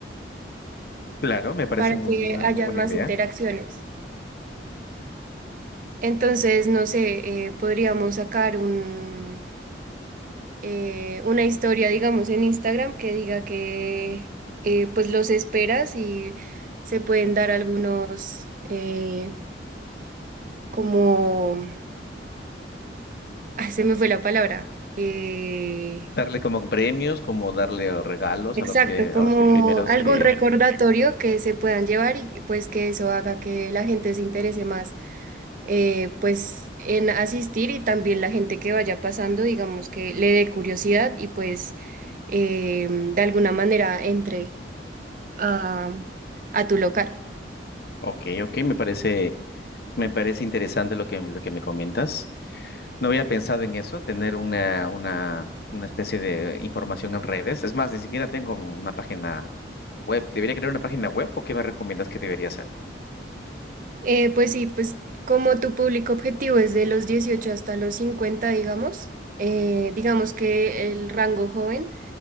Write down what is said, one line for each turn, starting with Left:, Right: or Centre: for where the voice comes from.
Left: Claro, me parece
Right: para
Left: muy,
Right: que
Left: una
Right: hayan
Left: muy buena
Right: más
Left: idea.
Right: interacciones. Entonces, no sé, eh, podríamos sacar un, eh, una historia, digamos, en Instagram que diga que eh, pues los esperas y se pueden dar algunos eh, como Ah, se me fue la palabra. Eh,
Left: darle como premios, como darle regalos
Right: exacto,
Left: a los que,
Right: como
Left: a los que primeros
Right: algún
Left: que,
Right: recordatorio que se puedan llevar y pues que eso haga que la gente se interese más eh, pues en asistir y también la gente que vaya pasando, digamos que le dé curiosidad y pues eh, de alguna manera entre a, a tu local.
Left: ok, ok, me parece, me parece interesante lo que, lo que me comentas. No había pensado en eso, tener una, una, una especie de información en redes. Es más, ni siquiera tengo una página web. ¿Debería crear una página web o qué me recomiendas que debería hacer?
Right: Eh, pues sí, pues como tu público objetivo es de los 18 hasta los cincuenta digamos, eh, digamos que el rango joven.